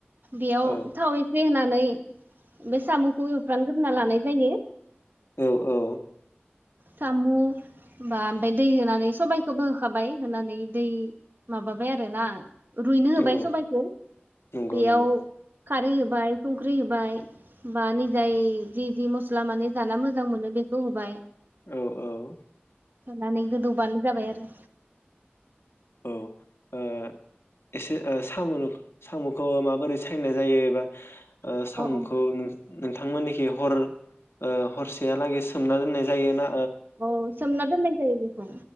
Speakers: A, on the right (about 55°); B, on the left (about 85°).
A: बेयाव
B: औ
A: थाव एसे होनानै बे सामखौ एवफ्रानग्रोना लानाय जायो ।
B: औ औ
A: सामु बा ओमफ्राय दै होनानै सबाइखोबो होखाबाय होनानै दै माबाबाय आरोना । रुइनो होबाय
B: औ
A: सबाइखौ
B: नंगौ
A: बेयाव
B: नंगौ
A: खारै होबाय संख्रि होबाय बा निजाय जि जि मस्ला माने जाना मोजां मोनो बेखौ होबाय।
B: औ औ।
A: नानै गोदौबानो जाबाय आरो
B: औ ओ एसे साम सामखौ माबोरै सायनाय जायो एबा ओ सामुखौ
A: अ अ
B: नों नोंथांमोननिखि हर ओ हरसेहालागै सोमना दोननाय जायोना
A: औ सोमना दोननाय जायो बेखौ।